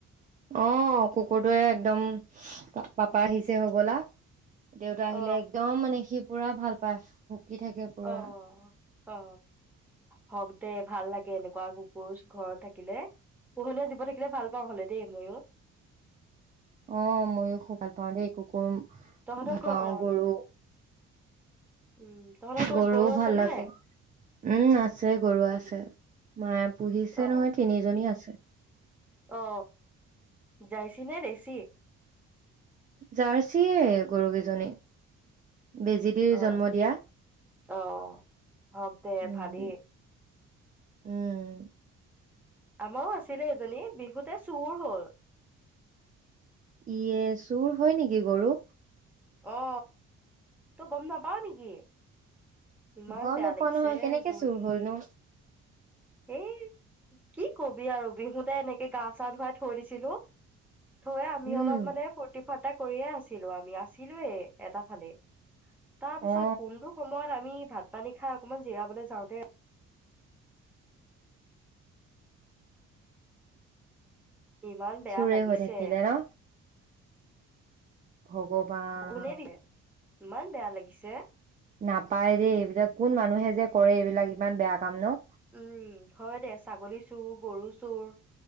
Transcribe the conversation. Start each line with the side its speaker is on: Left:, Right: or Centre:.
Right: অ কুকুৰটোয়ে একদম পাপা আহিছে হবলা দেউতা আহিলে
Centre: অ
Right: একদম মানে সি পুৰা ভাল পায় থাকে পুৰা
Centre: অ অ হওক দে ভাল লাগে এনেকুৱা কুকুৰ ঘৰত থাকিলে পোহনীয়া জীৱ থাকিলে ভাল পাওঁ হ'লে দেই মইয়ো
Right: অ মইয়ো খুব ভাল পাওঁ দেই কুকুৰ
Centre: তহঁতৰ
Right: ভাল
Centre: ঘৰ
Right: পাওঁ
Centre: অ
Right: গৰু
Centre: উম তহঁতৰ ঘৰত
Right: গৰুও
Centre: গৰু আছে
Right: ভাল
Centre: নে
Right: লাগে
Centre: নাই?
Right: উম আছে গৰু
Centre: উম
Right: আছে মায়ে পুহিছে
Centre: অ
Right: নহয় তিনিজনী আছে
Centre: অ যাইছি নে দেছি
Right: জাৰ্চিয়ে গৰুকেইজনী বেজী দি
Centre: আহ
Right: জন্ম দিয়া
Centre: আহ হক দে
Right: উম
Centre: ভালেই
Right: উম
Centre: আমাৰও আছিলে এজনী বিহুতে চুৰ হল
Right: ইয়ে চুৰ হয় নেকি গৰু
Centre: অ তই গম নাপাৱ নেকি ইমান
Right: গম
Centre: বেয়া
Right: নাপাও
Centre: লাগিছে
Right: নহয় কেনেকে
Centre: গৰুজনী
Right: চুৰ হলনো
Centre: হেই কি কবি আৰু বিহুতে এনেকে গা, চা ধুৱাই থৈ দিছিলোঁ। থৈ আমি
Right: উম
Centre: অলপ মানে ফূৰ্তি ফা এটা কৰিয়ে আছিলো আমি আ চিলোবে এটা ফালি তাৰ পিছত
Right: অ
Centre: কোনটো সময়ত আমি ভাত পানী খাই অকনমান জিৰাবলৈ যাওঁতে ইমান বেয়া
Right: চোৰে
Centre: লাগিছে
Right: হৈ থাকিলে ন'। ভগৱান
Centre: শগুনে দিলে ইমান বেয়া লাগিছে।
Right: নাপায় দেই এইবিলাক কোন মানুহে যে কৰে এইবিলাক ইমান বেয়া কাম ন'।
Centre: উম হয় দে ছাগলী চুৰ, গৰু চুৰ,